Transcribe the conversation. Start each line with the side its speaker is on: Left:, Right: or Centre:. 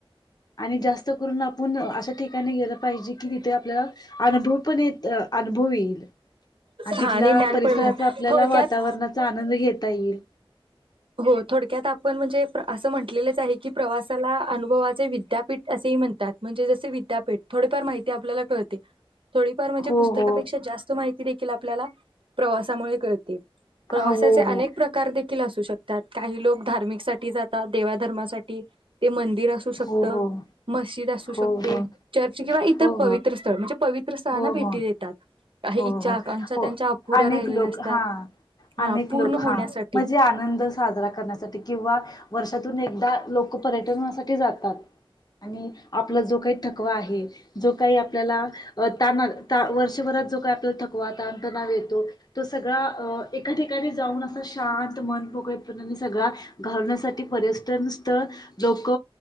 Left: आणि जास्त करून आपुण अशा, ठिकाणी गेलं पाहिजे कि, तिथे आपल्याला अनुभव पण येत अनुभव येईल. आणि
Right: हा
Left: तिथला
Right: ज्ञान
Left: परिसराचा
Right: पण मिळेल
Left: आपल्याला
Right: थोडक्यात
Left: वातावरणाचा आनंद घेत ताई इल.
Right: हो, थोडक्यात आपण म्हणजे असं म्हटलेले. आहे की, प्रवासाला अनुभवाचे विद्यापीठ असेही म्हणतात. म्हणजे जसे विद्यापीठ थोडीफार माहिती आपल्याला कळते. थोडीफार म्हणजे,
Left: हो
Right: पुस्तकापेक्षा
Left: हो
Right: जास्त माहिती देखील आपल्याला प्रवासामुळे कळते. प्रवासाचे
Left: हो
Right: अनेक
Left: हो
Right: प्रकार देखील असू शक त्यात, काही लोक धार्मिक साठी जातात देवाधर्मासाठी. ते मंदिर असू शकत,
Left: हो हो
Right: मस्जिद असू शकते,
Left: हो हो
Right: चर्च किंवा इतर
Left: हो
Right: पवित्र स्थळ म्हणजे पवित्र स्थळांना
Left: हो
Right: भेटी
Left: हो
Right: देतात. काही
Left: हो
Right: इच्छा
Left: हो
Right: आकांक्षा
Left: हो
Right: त्यांच्या अपुऱ्या
Left: अनेक
Right: राहिलेल्या
Left: लोक
Right: असतात
Left: हा,
Right: हा
Left: अनेक
Right: पूर्ण
Left: लोक
Right: होण्यासाठी
Left: हा म्हणजे आनंदच साजरा करण्यासाठी किंवा वर्षातून एकदा लोक पर्यटनासाठी जातात. आणि आपला जो काही ठक हो आहे. जो काही आपल्याला तान आला, तान वर्षभरात जो काय, आपला थकवा तन तनाव येतो, तो सगळा एका ठिकाणी जाऊन, असा शांत मनमोकळेपणाने सगळा घालवण्यासाठी पर्यटन स्थळ लोक